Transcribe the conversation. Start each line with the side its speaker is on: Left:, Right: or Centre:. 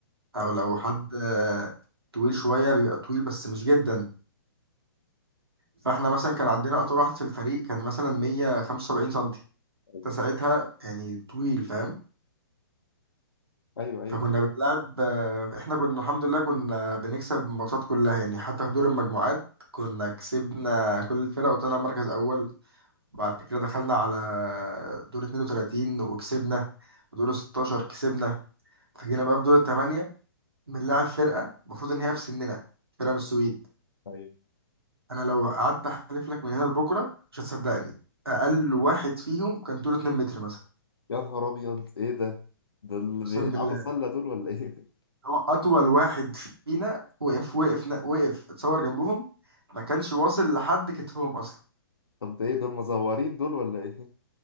Right: او
Left: أيوه
Right: لو حد آه، طويل شوية بيبقى طويل بس مش جدا فاحنا مثلا كان عندنا اطول واحد في الفريق كان مثلا 175 سنتي
Left: أيوه
Right: فساعتها يعني طويل فاهم
Left: أيوه أيوه
Right: فكنا بنلعب آه، احنا كنا الحمد لله كنا بنكسب الماتشات كلها يعني حتى في دور المجموعات كنا كسبنا كل الفرق وطلعنا مركز اول بعد كده دخلنا على دور 32 وكسبنا ودور 16 كسبنا فجينا بقى في دور الثمانية بنلعب فرقة المفروض ان هي في سننا فرقة من السويد
Left: أيوه
Right: انا لو قعدت احلف لك من هنا لبكرة مش هتصدقني اقل واحد فيهم كان طوله 2 متر مثلا
Left: يا نهار أبيض إيه ده؟ دول
Right: اقسم
Left: بيلعبوا
Right: بالله.
Left: سلة دول ولا إيه؟
Right: هو اطول واحد فينا وقف وقف وقف اتصور جنبهم ما كانش واصل لحد كتفهم اصلا
Left: <laughs> طب ده إيه دول مزورين دول ولا إيه؟